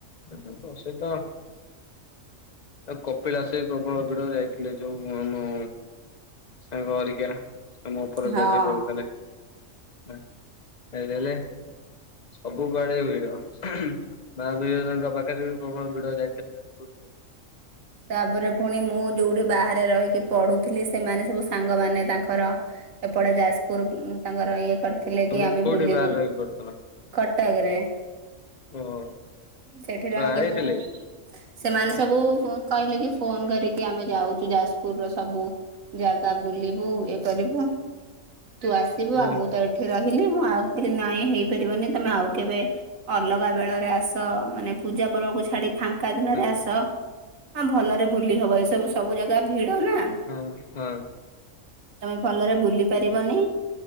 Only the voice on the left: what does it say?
ସେଇତ ପ୍ରସିଦ୍ଧ। ଆଉ କପିଳାସ ଆସି ପ୍ରବଳ ଭିଡ ଯାଇଥିଲେ ଯୋଉ ମୁ ମୁ ସାଙ୍ଗ ଘରିକା। ଆମ ଉପର
ବ୍ୟାଚ କରୁଥିଲେ ହଁ ଖାଇଦେଲେ। ସବୁ ବେଳେ ଭିଡ ମା ବିରଜା ଙ୍କ ପାଖରେ ବି ପ୍ରବଳ ଭିଡ଼ ଯାଇ। <unintelligible>
ତମେ
କୋଉଠି
ବାହାରେ ରହିକି ପଢୁଥିଲ?
ଓହୋ
ଛୁଆ
ଆଇଥିଲେ
ଓ
ହଁ
ହଁ ହଁ।